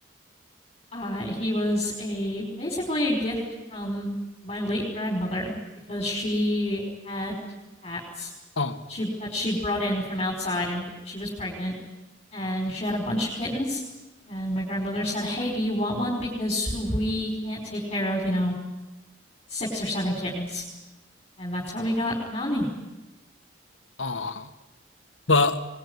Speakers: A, on the left; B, on the left.
A: Uh, he was a basically a gift from my late grandmother because she had cats
B: aw
A: she, that she brought in from outside, and she was pregnant and she had a bunch of kittens. And my grandmother said, Hey, do you want one? Because we can't take care of, you know, six or seven kittens. And that's how we got Nani.
B: aw but